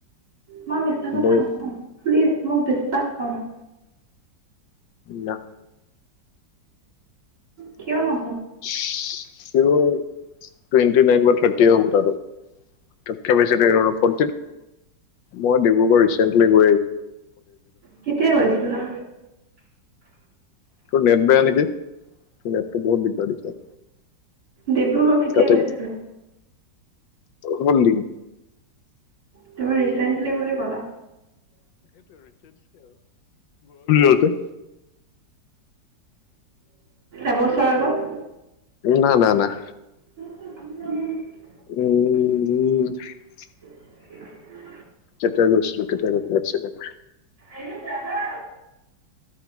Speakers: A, on the right; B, on the left.
A: মই মিছা কথা
B: মই
A: নকওঁ। প্লিজ মোক বিশ্বাস কৰা।
B: না
A: কিয়নো?
B: টুৱেন্টি নাইন বা থাৰ্টি হব তাটো। তাতকে বেছিটো এনেও নহব। মই ডিব্ৰুগড় ৰিচেন্টলি <inaudible> <inaudible>
A: কেতিয়া গৈছিলা
B: তোৰ নেট বেয়া নেকি? তোৰ নেটটো বহুত দিগদাৰ দিছে
A: ডিব্ৰুগড় কেতিয়া
B: কাটি
A: গৈছিলা?
B: কাটি হল দিন
A: তুমি ৰিচেন্টলি বুলি ক'লা
B: <inaudible>
A: এবছৰৰ আগত
B: না, না, নাহ।
A: উ
B: উম উম
A: <inaudible>
B: কেতিয়া গৈছিলো কেতিয়া গৈছিলো এক চেকেণ্ড
A: আৰু যাবা